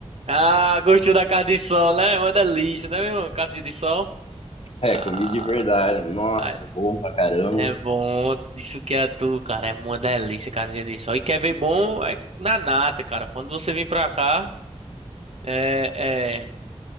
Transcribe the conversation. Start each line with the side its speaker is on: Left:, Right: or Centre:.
Right: Ah, gostou da carne de sol, né? É Uma delícia, né, meu irmão? Carne de sol.
Left: É,
Right: Ah,
Left: comi de verdade. Nossa,
Right: ai,
Left: bom pra caramba.
Right: é bom. Isso que é tu, cara. É uma delícia, carne de sol. E quer ver bom é na nata, cara. Quando você vir pra cá. É, é,